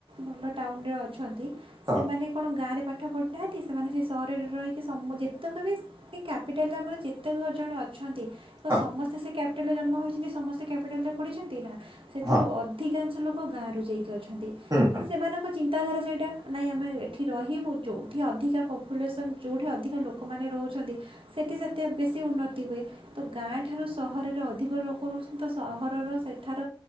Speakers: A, on the right; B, on the right.
A: ଭଲ ଟାଉନରେ ଅଛନ୍ତି
B: ହଁ
A: ସେମାନେ କ'ଣ ଗାଁରେ ପାଠ ପଢ଼ିନାହାନ୍ତି ସେମାନେ ସେ ସହରରେ ରହିକି ସମ ଯେତକ ବି ଏ କ୍ୟାପିଟାଲରେ ଆମର ଯେତେକ ଜଣ ଅଛନ୍ତି ତ
B: ହଁ
A: ସମସ୍ତେ ସେ କ୍ୟାପିଟାଲରେ ଜନ୍ମ ହୋଇଛନ୍ତି ସମସ୍ତେ କ୍ୟାପିଟାଲରେ ପଡ଼ିଛନ୍ତି ନା ସେଥିରୁ
B: ହଁ
A: ଅ ଅଧିକାଂଶ ଲୋକ ଗାଁରୁ ଯାଇକି ଅଛନ୍ତି।
B: ହୁଁ
A: କିନ୍ତୁ
B: ହୁଁ।
A: ସେମାନଙ୍କ ଚିନ୍ତାଧାରା ସେଇଟା ନାଇଁ ଆମେ ସେଠି ରହିବୁ ଯେଉଠି ଅଧିକା ପପୁଲେସନ୍ ଯେଉଠି ଅଧିକା ଲୋକମାନେ ରହୁଚନ୍ତି। ସେଠି ସେତେ ବେଶୀ ଉନ୍ନତି ହୁଏ। ତ ଗାଁ ଠାରୁ ସହରରେ ଅଧିକ ଲୋକ ରହୁଛନ୍ତି ତ ସହରର ସେ ଥାର